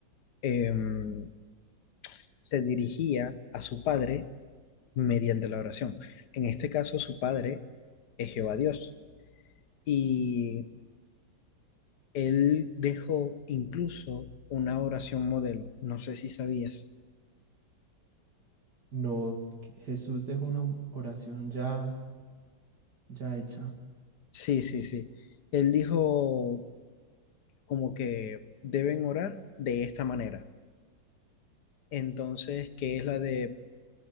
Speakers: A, on the left; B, on the right.
A: em, se dirigía a su Padre mediante la oración. En este caso, su Padre es Jehová Dios. Y él dejó incluso una oración modelo. No sé si sabías.
B: No, que Jesús dejó una oración ya, ya hecha.
A: Sí, sí, sí. Él dijo, como que deben orar de esta manera. Entonces, que es la de,